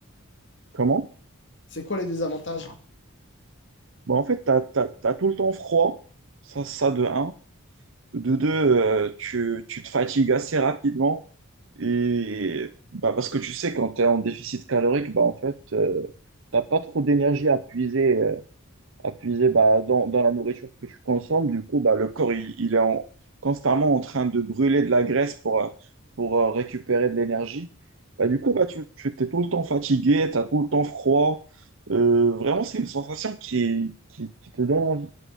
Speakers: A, on the right (about 65°); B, on the left (about 55°).
A: Comment?
B: c'est quoi les désavantages?
A: Bah, en fait, tu as, tout le temps froid, ça, ça de un. De deux, euh, tu, tu te fatigues assez rapidement. Et bah, parce que tu sais, quand tu es en déficit calorique, bah, en fait, tu n'as pas trop d'énergie à puiser euh, appuyer bah, dans, dans la nourriture que tu consommes. Du coup, bah, le corps, il, il est en- constamment en train de brûler de la graisse pour, euh, pour euh, récupérer de l'énergie. Bah, du coup, bah, tu, tu es tout le temps fatigué, tu as tout le temps froid. Euh, vraiment, c'est une sensation qui, qui, qui te donne envie,